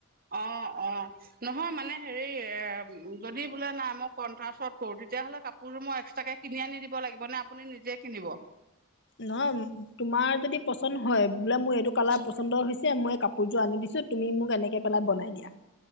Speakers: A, on the right; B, on the left.
A: অ অ নহয় মানে হেৰি এ যদি বোলে নাই মই কন্ট্ৰাশত কৰো তেতিয়াাহ'লে কাপোৰোৰ মই এক্সট্ৰাকে কিনি আনি দিব লাগিব নে আপুনি নিজে কিনিব
B: নহয় তোমাৰ যদি পছন্দ হয় বোলে মোৰ এইটো কালাৰ
A: উম,
B: পছন্দ হৈছে মই কাপোৰ পুজো আনি দিছো তুমি মোক এনেকে পেলাই বনাই দিয়া